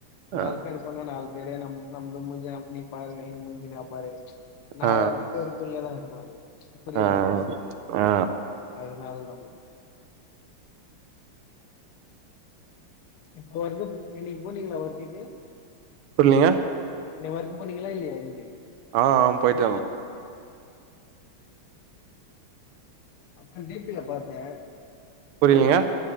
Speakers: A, on the right; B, on the left.
A: ஆ
B: நாலு பேர் ன்னா நாலு பேர நம் நம்ம முஞ்ச நநீ பாரு ஏ முஞ்சு நா பாரு நாலு
A: ஆ
B: பேர் உள்ளதா இருப்பாரு புரியுதா
A: ஆ ஆ
B: உங்ளுக்கு
A: ஆ
B: அதுனால் தா இப்ப வரைக்கு நீங்க போனீங்ளா ஒரு டீடில்
A: புர்லீங்க
B: இன்னக்கி வர்க் போனீங்ளா இல்லயா இன்னக்கி
A: ஆ ஆ போய்ட்டம்
B: அப்ப டி பில பாத்தே
A: புரிலீங்க
B: கோட்டி